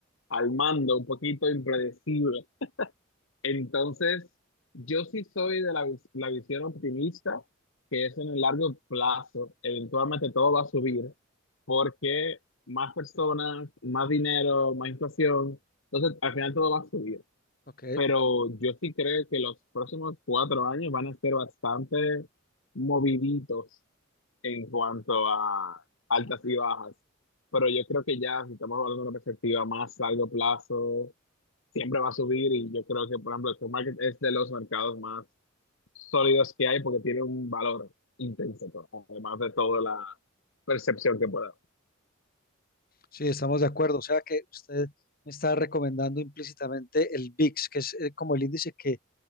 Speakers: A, on the left (about 75°); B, on the left (about 45°).
A: al mando, un poquito impredecible. Entonces, yo sí soy de la, vis- la visión optimista, que es en el largo plazo, eventualmente todo va a subir, porque más personas, más dinero, más inflación, entonces al final todo va a subir.
B: Ok,
A: Pero yo sí creo que los próximos cuatro años van a ser bastante moviditos en cuanto a altas y bajas. Pero yo creo que ya, si estamos hablando de una perspectiva más largo plazo, siempre va a subir y yo creo que, por ejemplo, el stock market es de los mercados más sólidos que hay porque tiene un valor intrínseco, además de toda la percepción que pueda.
B: sí, estamos de acuerdo. O sea que usted me está recomendando implícitamente el VIX, que es eh, como el índice que,